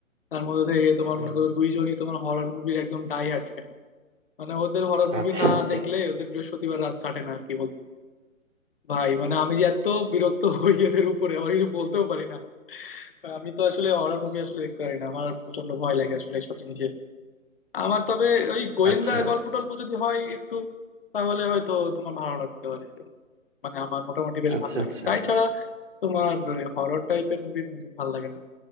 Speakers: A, on the left (about 45°); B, on the right (about 65°).
A: তার মধ্যে থেকে তোমার
B: হুম
A: মনে করো
B: হুম।
A: দুইজনই তোমার হরর মুভির একদম ডাই হার্ট ফ্যান মানে ওদের হরর মুভি
B: আচ্ছা
A: না
B: আচ্ছা
A: দেখলে ওদের বৃহস্পতিবার রাত কাটে না আর কি বলতো ভাই মানে আমি যে এত বিরক্ত হই এদের উপরে আমার কিছু বলতেও পারি না আমি তো আসলে হরর মুভি আসলে দেখতে পারি না আমার প্রচন্ড ভয় লাগে আসলে এইসব জিনিস আমার তবে ওই গোয়েন্দা
B: আচ্ছা
A: গল্প টল্প যদি হয় একটু তাহলে হয়তো তোমার ভালো লাগতে পারে মানে আমার মোটামুটি বেশ
B: আচ্ছা
A: ভালো লাগে
B: আচ্ছা
A: তাই ছাড়া তোমার হরর টাইপের মুভি বন্ধু ভালো লাগে না